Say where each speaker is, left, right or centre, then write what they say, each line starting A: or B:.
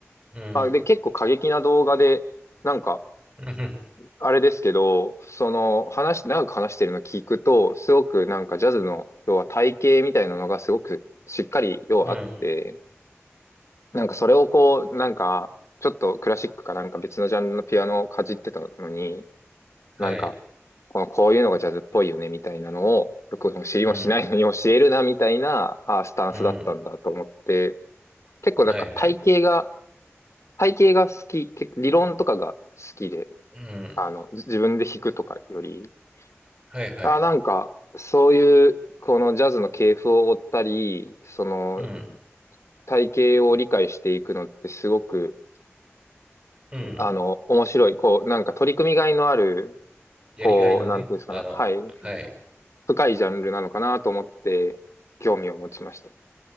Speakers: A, on the right; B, on the left.
A: うん。
B: まあで結構過激な動画で、なんか、
A: うん。
B: あれですけど、その話、長く話してるの聞くと、すごくなんかジャズの、要は体系みたいなのがすごくしっかり、要はあって、
A: うん。
B: なんかそれをこう、なんか、ちょっとクラシックかなんか別のジャンルのピアノをかじってたのに、
A: はい。
B: なんか、この、こういうのがジャズっぽいよね、みたいなのを、よく知りもしないのに教えるな、
A: うん。
B: みたいな、あースタンスだったんだと思って、
A: うん。
B: 結構なんか体系が、
A: はいはい。
B: 体系が好き、結構理論とかが好きで、
A: うん。
B: あの、自分で弾くとかより、
A: はいはい。
B: あー、なんか、そういう、このジャズの系譜を追ったり、その、
A: うん。
B: 体系を理解していくのってすごく、
A: うん。
B: あの、面白い、こう、なんか取り組みがいのある、
A: やりがいのね、
B: こう、なんていうんですかね、
A: あの、
B: はい、
A: はい。
B: 深いジャンルなのかなと思って、興味を持ちました。